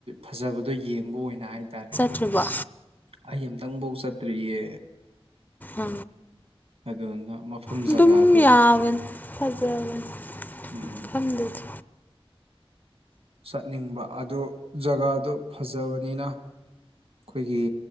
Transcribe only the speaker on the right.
ꯐꯖꯕꯗꯣ ꯌꯦꯡꯕ ꯑꯣꯏꯅ ꯍꯥꯏꯇꯥꯔꯦ
ꯑꯩ ꯑꯃꯨꯇꯪꯐꯧ ꯆꯠꯇ꯭ꯔꯤꯌꯦ
ꯑꯗꯨꯗꯨꯅ ꯃꯐꯝ
ꯖꯒꯥꯗꯣ
ꯎꯝ
ꯆꯠꯅꯤꯡꯕ ꯑꯗꯨ ꯖꯒꯥꯗꯨ ꯐꯖꯕꯅꯤꯅ ꯑꯩꯈꯣꯏꯒꯤ